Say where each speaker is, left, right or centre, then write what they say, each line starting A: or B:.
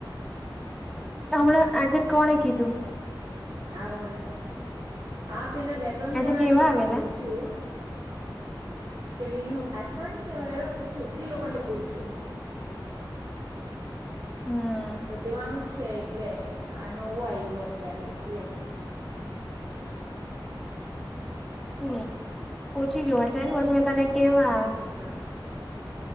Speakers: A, in the centre; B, on the right.
A: હમણા આજે કોણે કીધું
B: આ વર્ષ આ પેલા બે ત્રણ
A: આજે
B: જણા
A: કેવા
B: ને મે
A: આવેલા
B: પૂછયુ પેલી ને હું બાસમાની કેવાય પેલી છોકરી લોકો ને પૂછયૂ
A: હમ્મ.
B: તે દવાનું છે એટલે આ નવું આવ્યું અત્યારે એટલે
A: હમ્મ પૂછી જોવા છે ને બસ મેં તને કેવા
B: એ કા